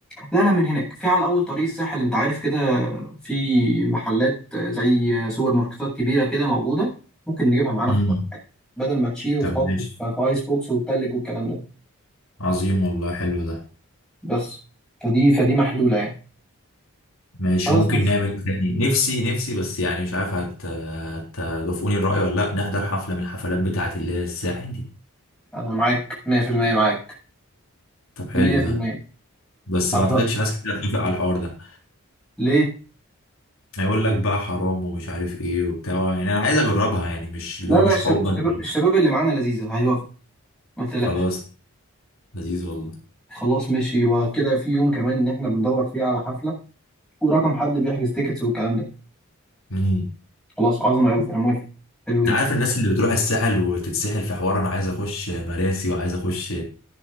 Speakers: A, in the centre; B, on the left.
A: لا لا من هناك في على اول طريق الساحل انت عارف كده في محلات زي سوبر ماركتات كبيرة كده موجودة ممكن نجيبها معانا
B: امم
A: في الطريق بدل ما تشيل وتحط
B: طب ماشي
A: في في ايس بوكس وتلج والكلام ده
B: عظيم والله حلو ده
A: بس فدي فدي محلولة يعني
B: ماشي
A: خلاص
B: ممكن
A: ماشي
B: نعمل تاني نفسي نفسي بس يعني مش عارف هت هتوافقوني الرأي ولا لا نحضر حفلة من الحفلات بتاعة اللي هي الساحل دي
A: أنا معاك 100% معاك
B: طب حلو
A: 100%
B: ده بس
A: هتبقى
B: ما اعتقدش ناس كتير هتوافق على الحوار ده
A: ليه؟
B: هيقول لك بقى حرام ومش عارف ايه وبتاع يعني انا عايز اجربها يعني مش اللي
A: لا
B: هو
A: لا
B: مش
A: الش-
B: حبا
A: الشباب
B: فيه.
A: الشباب اللي معانا لذيذة هيوافقوا ما تقلقش
B: خلاص لذيذ والله
A: خلاص ماشي يبقى كده في يوم كمان إن إحنا بندور فيه على حفلة ورقم حد بيحجز تيكتس والكلام ده
B: امم
A: خلاص عظمة أوي أنا موافق حلو جدا
B: انت عارف الناس اللي بتروح الساحل وتتسحل في حوار انا عايز اخش مراسي وعايز اخش